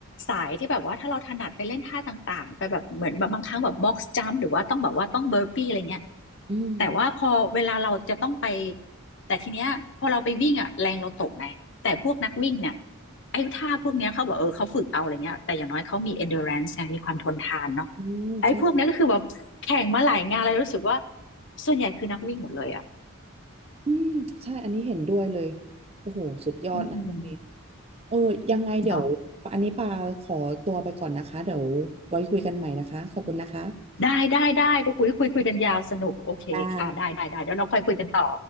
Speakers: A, on the left; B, on the right.
A: สายที่แบบว่าถ้าเราถนัดไปเล่นท่าต่างๆไปแบบเหมือนแบบบางครั้งแบบ box jump หรือว่าต้องแบบว่าต้อง burpee อะไรเงี้ย
B: อืม
A: แต่ว่าพอเวลาเราจะต้องไปแต่ทีเนี้ยพอเราไปวิ่งอ่ะแรงเราตกไงแต่พวกนักวิ่งเนี่ย ไอ้ท่าพวกเนี้ยเขาบอกเออเขาฝึกเอาอะไรเงี้ยแต่อย่างน้อยเขามี endurance ไงมีความทนทานเนาะ
B: อืมใช่
A: ไอ้พวกเนี้ยก็คือแบบแข่งมาหลายงานเลยรู้สึกว่าส่วนใหญ่คือนักวิ่งหมดเลยอ่ะ
B: อืมใช่อันนี้เห็นด้วยเลยโอ้โหสุดยอดนะพวกนี้
A: อืม
B: เออยังไงเดี๋ยว
A: เนาะ
B: อันนี้ปาขอตัวไปก่อนนะคะเดี๋ยวไว้คุยกันใหม่นะคะขอบคุณนะคะ
A: ได้ได้ได้ก็คุยคุยคุยกันยาวสนุกโอเคค่ะได้ได้ได้เดี๋ยวเราค่อยคุยกันต่อ
B: ค่ะ